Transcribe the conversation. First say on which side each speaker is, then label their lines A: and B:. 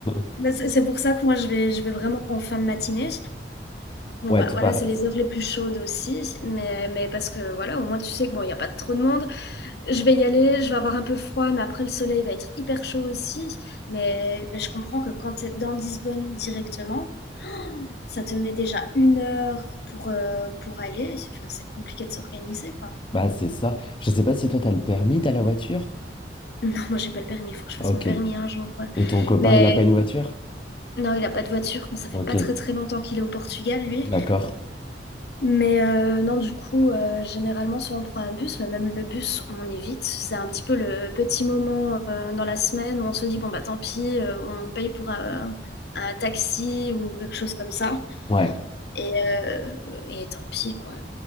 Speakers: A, on the left; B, on the left.
A: <laughs>
B: Bah, c'est c'est pour ça que moi, je vais, je vais vraiment en fin de matinée. Bon
A: Ouais,
B: bah
A: tu
B: voilà,
A: pars.
B: c'est les heures les plus chaudes aussi, mais, mais parce que voilà, au moins tu sais que bon, il n'y a pas trop de monde, je vais y aller, je vais avoir un peu froid, mais après le soleil va être hyper chaud aussi. Mais, mais je comprends que quand tu es dans Lisbonne directement, ça te met déjà une heure pour, euh, pour aller. Enfin, c'est compliqué de s'organiser, quoi.
A: Bah, c'est ça. Je sais pas si toi, t'as le permis, t'as la voiture?
B: <laughs> Non, moi j'ai pas le permis, il faut que je
A: Ok.
B: fasse mon permis un jour. ouais.
A: Et ton copain,
B: Mais
A: il a pas une voiture?
B: non, il a pas de voiture, mais ça fait
A: Ok,
B: pas très très longtemps qu'il est au Portugal, lui.
A: d'accord.
B: Mais euh, non, du coup, euh, généralement, soit on prend un bus, mais même le bus, on évite. C'est un petit peu le petit moment euh, dans la semaine où on se dit, bon, bah tant pis, euh, on paye pour un, un taxi ou quelque chose comme ça.
A: Ouais.
B: Et, euh, et tant pis, quoi.